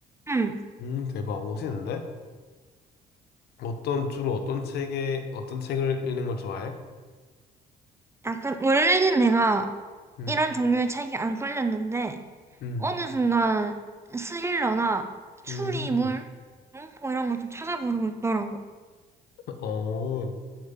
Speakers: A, on the right (about 15°); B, on the left (about 70°).
A: 응.
B: 음, 대박. 멋있는데? 어떤, 주로 어떤 책에, 어떤 책을 읽는 걸 좋아해?
A: 약간 원래는 내가
B: 음,
A: 이런 종류의 책이 안 끌렸는데
B: 음,
A: 어느 순간 스릴러나 추리물,
B: 음.
A: 공포 이런 걸 좀 찾아보려고 했더라고.
B: 어.